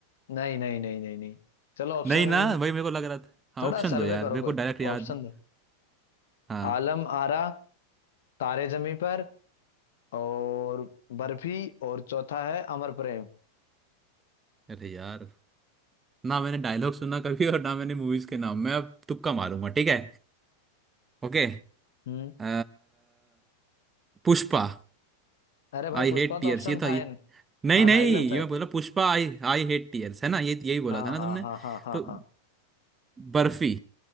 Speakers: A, on the left; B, on the right.
A: नहीं नहीं नहीं नहीं नहीं चलो ऑप्शन
B: नहीं ना वही मेरे को लग रहा था हाँ
A: थोड़ा
B: ऑप्शन
A: सर्वे
B: दो यार
A: करो
B: मेरे को
A: कोई
B: डायरेक्ट याद
A: ऑप्शन
B: नहीं
A: दो
B: हाँ।
A: आलम आरा तारे जमी पर और बर्फी और चौथा है अमर प्रेम
B: अरे यार ना मैंने डायलॉग सुना कभी और ना मैंने मूवीज के नाम मैं अब तुक्का मारूंगा ठीक है ओके
A: हम्म
B: अ, पुष्पा
A: अरे भाई
B: आई
A: पुष्पा
B: हेट टीयर्स
A: तो ऑप्शन
B: ये था
A: था
B: ये
A: इन
B: नहीं
A: हाँ
B: नहीं
A: डायलॉग
B: ये
A: था ये।
B: मैं बोला Pushpa I I hate tears है ना ये यही बोला
A: हाँ
B: था ना
A: हाँ
B: तुमने
A: हाँ हाँ हाँ
B: तो
A: हाँ
B: बर्फी